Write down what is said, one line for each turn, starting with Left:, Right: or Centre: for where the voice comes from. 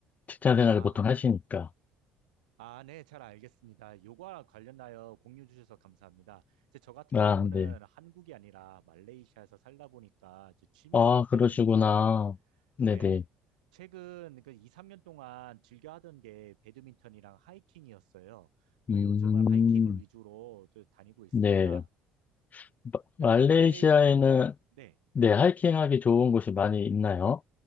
Left: 직장 생활을
Right: 아.
Left: 보통 하시니까.
Right: 아, 네, 잘 알겠습니다. 요거와 관련하여 공유 주셔서 감사합니다. 이제 저 같은
Left: 아,
Right: 경우는
Left: 네.
Right: 한국이 아니라 말레이시아에서 살다 보니까 이제 취미가
Left: 아,
Right: 바뀌어졌는데,
Left: 그러시구나. 네네.
Right: 네, 최근 그 2, 3년 동안 즐겨 하던 게 배드민턴이랑 하이킹이었어요. 또
Left: 음,
Right: 요즘은 하이킹을 위주로 또 다니고 있습니다.
Left: 네. 마- 말레이시아에는,
Right: 여기 말레이시, 네.
Left: 네, 하이킹하기 좋은 곳이 많이 있나요?